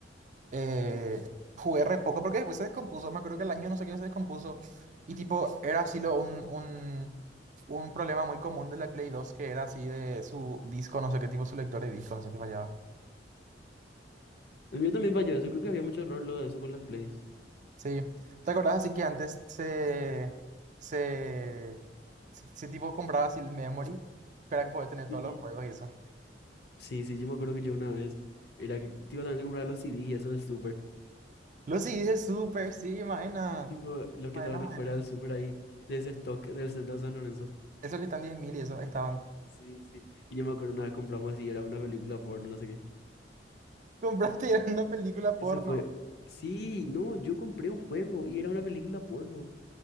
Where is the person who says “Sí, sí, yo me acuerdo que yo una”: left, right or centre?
Left